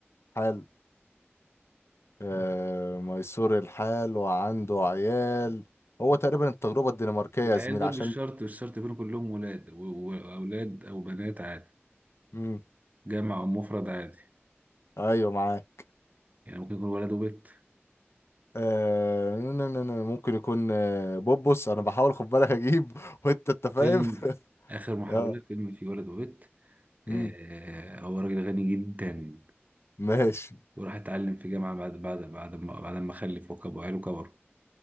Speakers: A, on the left; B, on the right.
A: حلو آه، ميسور الحال وعنده عيال هو تقريبا التجربة الدنماركية
B: والعيال
A: يا زميل
B: دول
A: عشان
B: مش شرط مش شرط يكونوا كلهم ولاد و- واولاد او بنات عادي
A: مم.
B: جمع او مفرد عادي
A: ايوه معاك
B: يعني ممكن يكون ولد وبنت
A: آه ن- ن- ن- ن- ممكن يكون آه بوبوس انا بحاول خد بالك اجيب <laughs> وانت انت فاهم
B: فيلم
A: <laughs>
B: اخر محاولة
A: اه
B: فيلم فيه ولد وبنت
A: مم،
B: آه هو راجل غني جدا
A: ماشي
B: وراح اتعلم في جامعة بعد بعد بعد ما بعد ما خلف وكب وعياله كبروا